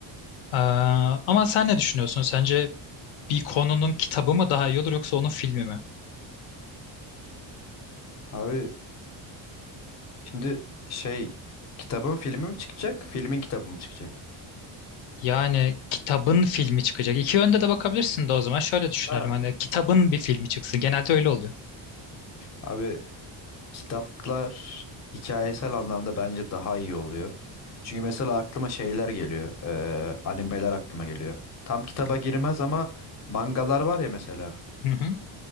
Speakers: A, on the left; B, on the left.
A: E, ama sen ne düşünüyorsun? Sence bir konunun kitabı mı daha iyi olur yoksa onun filmi mi?
B: Abi şimdi şey kitabın filmi mi çıkacak? Filmin kitabı mı çıkacak?
A: Yani kitabın filmi çıkacak. İki yönde de bakabilirsin de o zaman şöyle düşünelim.
B: Ha.
A: Hani kitabın bir filmi çıksın. Genelde öyle oluyor.
B: Abi kitaplar hikayesel anlamda bence daha iyi oluyor. Çünkü mesela aklıma şeyler geliyor. eee, animeler aklıma geliyor. Tam kitaba
A: Hı hı.
B: girmez ama mangalar var ya mesela.
A: Hı hı.